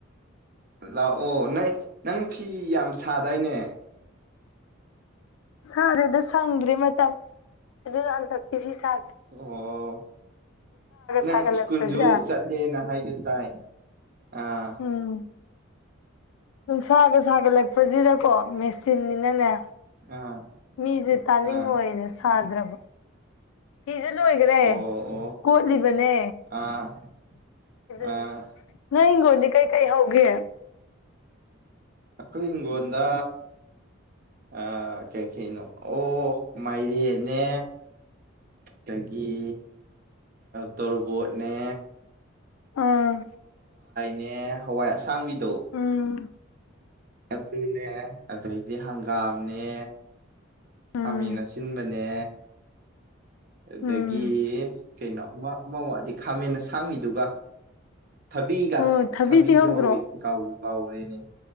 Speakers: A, on the right; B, on the left.
A: ꯂꯥꯛꯑꯣ ꯅꯪ ꯅꯪ ꯐꯤ ꯌꯥꯝ ꯁꯥꯗꯥꯏꯅꯦ
B: ꯁꯥꯗꯦꯗ ꯁꯪꯗ꯭ꯔꯦ ꯃꯇꯝ ꯑꯗꯨꯅ ꯍꯟꯇꯛꯇꯤ ꯐꯤ ꯁꯥꯗꯦ
A: ꯑꯣ ꯅꯪ
B: ꯁꯥꯒꯠꯂꯛꯄꯁꯤꯗ
A: ꯁ꯭ꯀꯨꯜꯁꯨ ꯆꯠꯂꯦꯅ ꯍꯥꯏꯒꯦ ꯇꯥꯏ ꯑꯥ
B: ꯎꯝ ꯅꯨꯡꯁꯥꯒ ꯁꯥꯒꯠꯂꯛꯄꯁꯤꯗꯀꯣ ꯃꯦꯆꯤꯟꯅꯤꯅꯅꯦ
A: ꯑꯥ
B: ꯃꯤꯁꯦ ꯇꯥꯅꯤꯡꯉꯣꯏꯅ
A: ꯑꯥ
B: ꯁꯥꯗ꯭ꯔꯕ ꯐꯤꯁꯨ ꯂꯣꯏꯈ꯭ꯔꯦ
A: ꯑꯣ ꯑꯣ
B: ꯀꯣꯠꯂꯤꯕꯅꯦ
A: ꯑꯥ
B: ꯑꯗꯨꯒꯤ
A: ꯑꯥ
B: ꯅꯣꯏ ꯏꯪꯒꯣꯟꯗꯤ ꯀꯩ ꯀꯩ ꯍꯧꯒꯦ
A: ꯑꯈꯣꯏ ꯏꯤꯡꯒꯣꯟꯗ ꯑꯥ ꯀꯩꯀꯩꯅꯣ ꯑꯣ ꯃꯥꯏꯔꯦꯟꯅꯦ ꯑꯗꯒꯤ ꯇꯣꯔꯣꯕꯣꯠꯅꯦ
B: ꯑꯥ
A: ꯅꯦ ꯍꯋꯥꯏ ꯑꯁꯥꯡꯕꯤꯗꯣ
B: ꯎꯝ
A: ꯑꯗꯨꯅꯦ ꯑꯗꯩꯗꯤ ꯍꯪꯒꯥꯝꯅꯦ
B: ꯎꯝ
A: ꯈꯥꯃꯦꯟ ꯑꯁꯤꯟꯕꯅꯦ ꯑꯗꯒꯤ
B: ꯎꯝ
A: ꯀꯩꯅꯣ ꯑꯃ ꯑꯃ ꯋꯥꯠꯂꯤ ꯈꯥꯃꯦꯟ ꯑꯁꯥꯡꯕꯤꯗꯨꯒ ꯊꯕꯤꯒ
B: ꯑꯣ ꯊꯕꯤꯗꯤ
A: ꯊꯕꯤꯁꯨ
B: ꯍꯧꯗ꯭ꯔꯣ
A: ꯍꯧꯋꯤ ꯀꯥꯎꯕꯨ ꯀꯥꯎꯔꯦꯅꯦ